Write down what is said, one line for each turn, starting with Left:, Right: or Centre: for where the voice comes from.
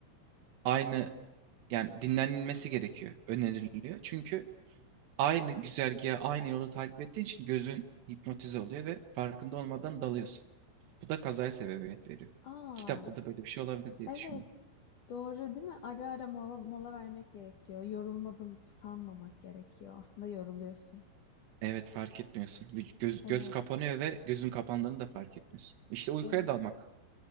Right: aynı yani dinlenilmesi gerekiyor, öneriliyor. Çünkü aynı güzergahı, aynı yolu takip ettiğin için gözün hipnotize oluyor ve farkında olmadan dalıyorsun. Bu da kazaya sebebiyet veriyor.
Left: Aa,
Right: Kitapta da böyle bir şey olabilir diye
Left: evet.
Right: düşündüm.
Left: Doğru değil mi? Ara ara mola, mola vermek gerekiyor. Yorulmadım sanmamak gerekiyor. Aslında yoruluyorsun.
Right: Evet fark etmiyorsun. Vü- Göz,
Left: Evet,
Right: göz kapanıyor ve gözün kapandığını da fark etmiyorsun. İşte uykuya
Left: evet.
Right: dalmak